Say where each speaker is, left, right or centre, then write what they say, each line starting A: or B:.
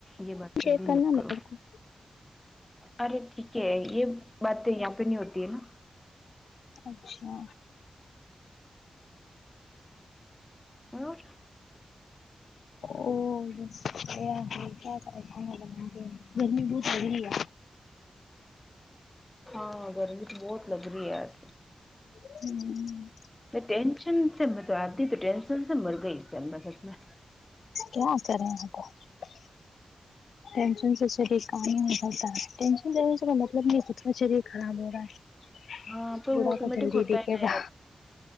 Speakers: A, on the left; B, on the left.
A: یہ بات
B: شیئر
A: ابھی
B: کرنا
A: مت کرو
B: میرے کو
A: ارے ٹھیک ہے یہ بات تو یہاں پہ نہیں ہوتی ہے نا
B: اچھا
A: اور
B: اور کیا کھانا بائیں گرمی بہت ہورا ہی ہے
A: ہاں گرمی تو بہت لگ رہی ہے آج
B: ہوں
A: ٹینشن سے میں جاتی تو ٹینشن سے مر گئی سچ میں
B: کیا کر رہے ہیں آپ ٹینشن سے شریر کام ہی نہیں کرتا ہے ٹینشن سے مطلب نہیں کتنا شریر خراب ہو رہا ہے
A: ہاں پر
B: بوڑھا
A: وہ آٹومیٹک
B: پا جلدی
A: ہوتا
B: دکھے
A: ہے نا
B: گا